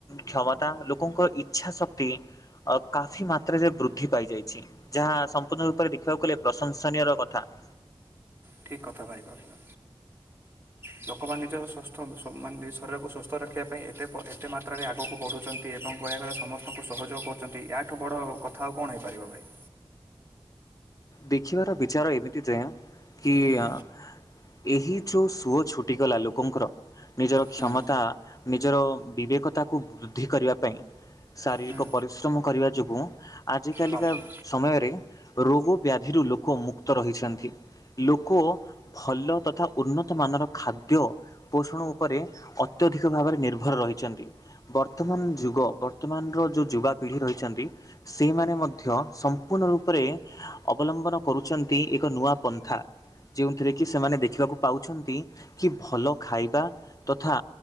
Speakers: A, on the left; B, on the right.
A: କ୍ଷମତା ଲୋକଙ୍କର ଇଚ୍ଛା ଶକ୍ତି କାଫି ମାତ୍ରାରେ ବୃଦ୍ଧି ପାଇଯାଇଛି ଯାହା ସମ୍ପୂର୍ଣ୍ଣ ରୂପରେ ଦେଖିବାକୁ ଗଲେ ପ୍ରଶଂସନୀୟର କଥା <inaudible>
B: ଠିକ କଥା ଭାଇ କହିଲ ଲୋକମାନେ ନିଜ ସ୍ଵସ୍ଥ ସ ମାନେ ଶରୀରକୁ ସୁସ୍ଥ ରଖିବା ପାଇଁ ଏତେ ପ ଏତେ ମାତ୍ରାରେ ଆଗକୁ ବଢ଼ୁଛନ୍ତି ଏବଂ କହିଆକୁ ଗଲେ ସମସ୍ତଙ୍କୁ ସହଯୋଗ କରୁଛନ୍ତି ୟାଠୁ ବଡ଼ ଆଉ କଥା ଆଉ କଣ ହେଇପାରିବ ଭାଇ।
A: ଦେଖିବାର ବିଚାର ଏମିତି ଯାଆ କିଏ
B: ହୁଁ
A: ଆ ଏହି ଯୋଉ ସୁଅ ଛୁଟିଗଲା ଲୋକଙ୍କର ନିଜର
B: ହୁଁ
A: କ୍ଷମତା ନିଜର ବିବେକତାକୁ ବୃଦ୍ଧି କରିବା ପାଇଁ ଶାରୀରିକ
B: ହୁଁ। ହଁ
A: ପରିଶ୍ରମ କରିବା ଯୋଗୁଁ ଆଜିକାଲିକା
B: ଭାଇ।
A: ସମୟରେ ରୋଗୋ ବ୍ୟାଧିରୁ ଲୋକ ମୁକ୍ତ ରହିଛନ୍ତି ଲୋକ ଭଲ ତଥା ଉନ୍ନତମାନର ଖାଦ୍ୟ ପୋଷଣ ଉପରେ ଅତ୍ୟଧିକ ଭାବରେ ନିର୍ଭର ରହିଛନ୍ତି ବର୍ତ୍ତମାନ ଯୁଗ ବର୍ତ୍ତମାନର ଯେଉଁ ଯୁବାପିଢ଼ି ରହିଛନ୍ତି ସେଇମାନେ ମଧ୍ୟ ସମ୍ପୂର୍ଣ୍ଣ ରୂପରେ ଅବଲମ୍ବନ କରୁଚନ୍ତି ଏକ ନୂଆ ପନ୍ଥା ଯେଉଁଥିରେ କିି ସେମାନେ ଦେଖିବାକୁ ପାଉଛନ୍ତି କି ଭଲ ଖାଇବା ତଥା